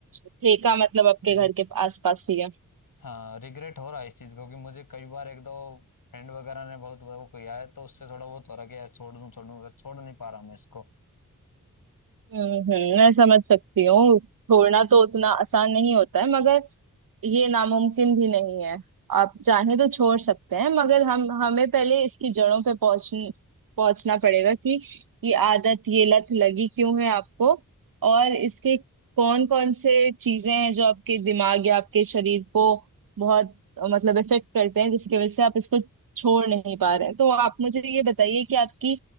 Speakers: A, on the right (about 75°); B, on the left (about 80°).
A: ठेका मतलब आपके
B: तो
A: घर के आसपास ही है
B: हाँ रिग्रेट हो रहा है इस चीज को कि मुझे कई बार एक दो फ्रेंड वगैरह ने बहुत वो किया है तो उससे थोड़ा बहुत हो रहा है कि यार छोड़ दूं छोड़ दूं पर छोड़ नहीं पा रहा मैं इसको
A: हम्म हम्म, मैं समझ सकती हूँ छोड़ना तो उतना आसान नहीं होता है मगर ये नामुमकिन भी नहीं है आप चाहें तो छोड़ सकते हैं मगर हम हमें पहले इसकी जड़ों पे पहुंच पहुंचना पड़ेगा कि ये आदत ये लत लगी क्यों है आपको और इसके कौन कौन से चीजें हैं जो आपके दिमाग या आपके शरीर को बहुत मतलब इफेक्ट करते हैं जिसकी वजह से आप इसको छोड़ नहीं पा रहे हैं तो आप मुझे ये बताइए कि आपकी